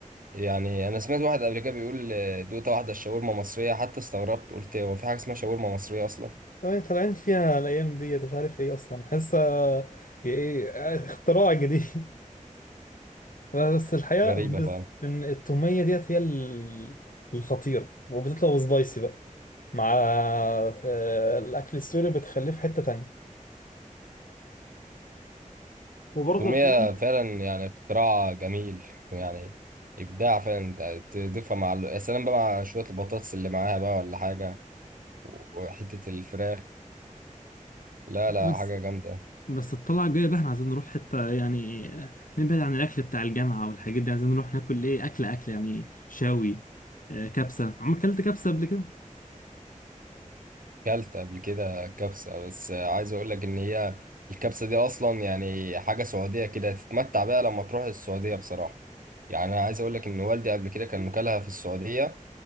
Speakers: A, on the right (about 90°); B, on the left (about 80°).
A: يعني انا سمعت واحد قبل كده بيقول آه، دوقت واحدة الشاورما مصرية حتى استغربت قلت هو في حاجة اسمها شاورما مصرية اصلا
B: اه طالعين فيها الايام ديت مش عارف ايه اصلا حاسه ايه اختراع جديد <laughs> بس الحقيقه
A: غريبة
B: بالنسبه
A: فعلا
B: إن التوميه ديت هي ال- الخطيره وبتطلع سبايسي بقى مع آه، الاكل السوري بتخليه في حته تانية وبرضه
A: التومية
B: الحقيقة
A: فعلا يعني اختراع جميل يعني إبداع فعلا أنت تضيفها مع ال- يا سلام بقى مع شوية البطاطس اللي معاها بقى ولا حاجة وحتة الفراخ لا
B: بس
A: لا حاجة جامدة
B: بس الطلعة الجاية بقى احنا عايزين نروح حتة يعني آه، نبعد عن الأكل بتاع الجامعة والحاجات دي عايزين نروح ناكل إيه أكل أكل يعني شاوي آه، كبسة عم أكلت كبسة قبل كده؟
A: كلت قبل كده كبسة بس عايز أقول لك إن هي الكبسة دي أصلا يعني حاجة سعودية كده تتمتع بيها لما تروح السعودية بصراحة يعني أنا عايز أقول لك إن والدي قبل كده كان مكلها في السعودية